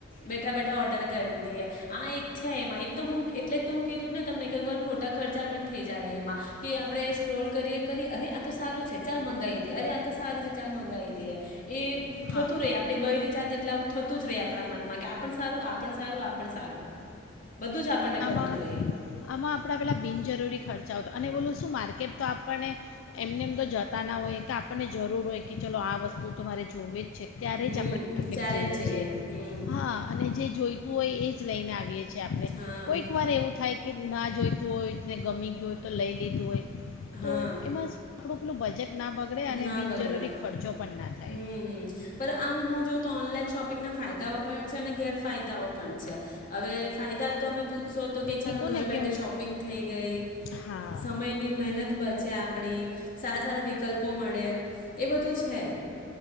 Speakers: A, on the left; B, on the left.
A: બેઠા બેઠા ઓર્ડર કરી દઈએ. આ એક છે. એમાં એ તો હું એટલે તો હું કીધું ને તમને કોઈ વાર ખોટા ખર્ચા પણ થઈ જાય એમાં કે આપણે સ્ક્રોલ કરીએ કરી. અરે આ તો સારું છે! ચાલ મંગાવી દઈએ, અરે આ તો સારું છે! ચાલ મંગાવી દઈએ. એ
B: હા
A: થતું રહે આપડી બહરી જાતે થતું થતું રહે આપના મનમાં કે આપન સારું, આપન સારું, આપન સારું બધું જ આપણને
B: આમાં
A: ગમતું રહે
B: આપણાં પેલા બિનજરૂરી ખર્ચાઓ અને ઓલું શું માર્કેટ તો આપણને એમને એમ તો જતા ના હોય કે આપણને જરૂર હોય કે ચલો આ વસ્તુ તમારે જોવી જ છે ત્યારે
A: હમ
B: જ આપણે માકેટ
A: ત્યારે
B: જઈએ
A: જ
B: છે
A: હમ
B: હા અને જે જોઈતું હોય એ જ લઈને આવીએ છે, આપણે.
A: હા
B: કોઈક વાર એવું થાય કે ના જોઈતું હોયને, ગમી ગયું હોય, તો લઈ લીધું હોય
A: હા
B: તો એમાં થોડુંક પેલું બજેટ ના બગડે અને
A: ના
B: બિનજરૂરી
A: બગડે,
B: ખર્ચો પણ ના થાય
A: હમ્મ હમ્મ આમ હું જોઉ તો ઓનલાઈન શોપિં ઇંગ ના ફાયદાઓ પણ છે, ગેરફાયદાઓ પણ છે, હવે ફાયદા તમે પૂછ શો તો ક
B: કીધું
A: ચાલો ઘર
B: ને
A: બેઠે
B: કે હું
A: શોપિંગ થઈ ગઈ,
B: હા
A: સમયની મહેનત બચે આપણી, સારા સારા મળે એ એ બધું છે.